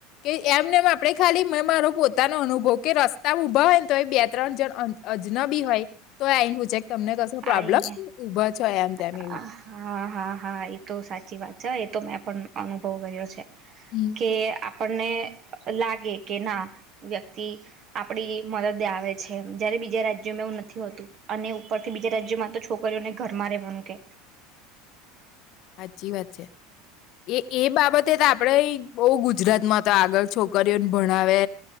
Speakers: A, on the left; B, on the right.
A: કે એમને મા પડે ખાલી મે મારો તાનો અનુભવ કે રસ્તા ઊભા હોય ને તો એ બે ત્રણ જણ અજનબી હોય તો આઈને પૂછે કે તમને કશો પ્રોબ્લેમ
B: આઈ ને
A: ઊભા છો એમ તેમ
B: હા
A: એવું
B: હા હા એતો સાચી વાત છે. તો મેં પણ અનુભવ કર્યો છે.
A: હમ
B: કે આપ પણને લાગે કે ના વ્યક્તિ આપડી મદદે આવે છે જયારે બીજા રાજ્યોમાં એવું નથી હોતું. અને ઉપરથી બીજા રાજ્યમાં તો છોકરીઓને ઘરમાં રહેેવાનું કે.
A: હાચી વાત છે એ એ બાબતે તો આપડે બઉ ગજરાતમાં તો આગળ છોકરીઓને ભણાવે